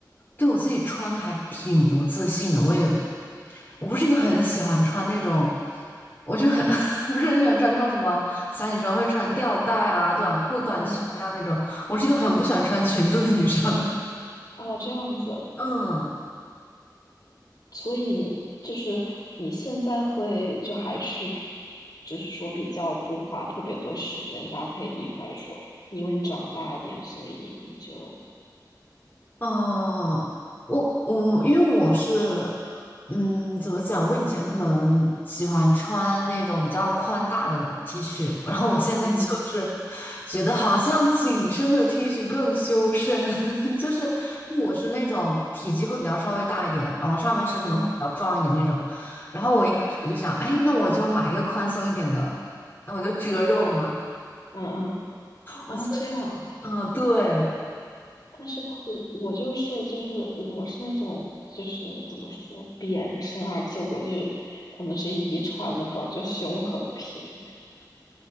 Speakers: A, on the left; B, on the left.
A: 对我自己穿的还挺不自信的，我也我不是一个很喜欢穿那种，我就很 <laughs> 不是很喜欢穿那种什么小女生会穿吊带啊、短裤、短裙啊那种。
B: 嗯，
A: 我是一个很不喜欢穿裙子的女生。
B: 哦，这样子。
A: <laughs> 嗯，
B: 所以你就是你现在会就还是就是说比较不花特别多时间搭配衣服来说，因为你长大一点，所以你就
A: 嗯，我我因为我是，嗯，怎么讲？我以前可能喜欢穿那种比较宽大的 T 恤，然后我现在就是觉得好像紧身的
B: 嗯嗯
A: T 恤更修身，<laughs> 就是我是那种体积会比较稍微大一点，然后上半身可能会比较壮一点那种。
B: 嗯
A: 然后我一开始我就想，
B: 嗯嗯
A: 哎，那我就买一个宽松一点的，那我就遮肉嘛。
B: 嗯嗯哦这样。
A: 我现，嗯，对，
B: 但是我我就是就是我是那种就是怎么说扁身，而且我就是可能是遗传的吧，就胸很平，